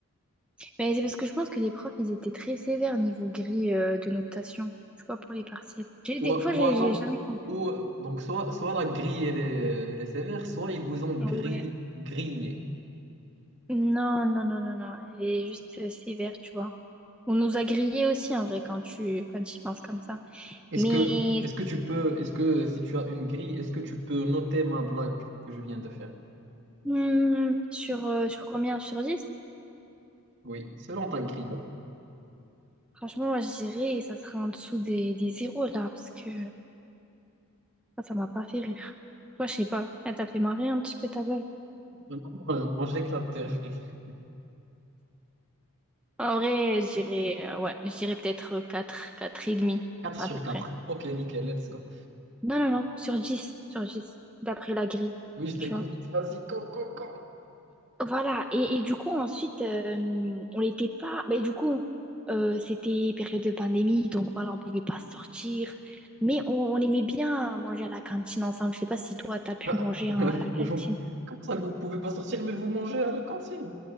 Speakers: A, in the centre; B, on the right.
A: Mais c'est parce que je pense que les profs ils étaient très sévères niveau grille euh, de notation, tu vois pour les partiels. J'ai-
B: Ou,
A: Des fois
B: ou
A: j'ai
B: alors,
A: j'ai jamais compris.
B: ou, donc soit, soit la grille elle est, elle est sévère, soit ils vous ont gri-
A: Ouais.
B: grillé.
A: Non, non, non, non, non. Elle est juste euh, sévère, tu vois. On nous a grillés aussi, en vrai, quand tu quand tu y penses comme ça.
B: Est-ce
A: Mais
B: que, est-ce que tu peux, est-ce que si tu as une grille, est-ce que tu peux noter ma blague que je viens de faire?
A: hmm, sur, euh, sur combien? Sur 10?
B: Oui, selon ta grille.
A: Franchement, moi, je dirais ça sera en dessous des, des zéros, là, parce que ça, ça m'a pas fait rire. Toi, je sais pas. Elle t'a fait marrer un petit peu ta blague.
B: Non, Moi, moi j'éclate. <laughs>
A: En vrai, je dirais, euh, ouais, je dirais peut-être quatre quatre et demi,
B: 4
A: à
B: sur
A: peu près.
B: quatre Ok, nickel, let's go.
A: Non, non, non, sur dix sur dix d'après la grille,
B: Oui, je t'écoute.
A: tu vois.
B: Vas-y, go, go, go.
A: Voilà, et, et du coup, ensuite, euh, on n'était pas. Mais du coup, euh, c'était période de pandémie, donc voilà, on pouvait pas sortir. Mais on, on aimait bien manger à la cantine ensemble. Je sais pas si toi, t'as pu
B: Ah,
A: manger
B: <laughs> vous-
A: hein, à la cantine.
B: vous- comment ça, vous pouvez pas sortir, mais vous mangez à la cantine?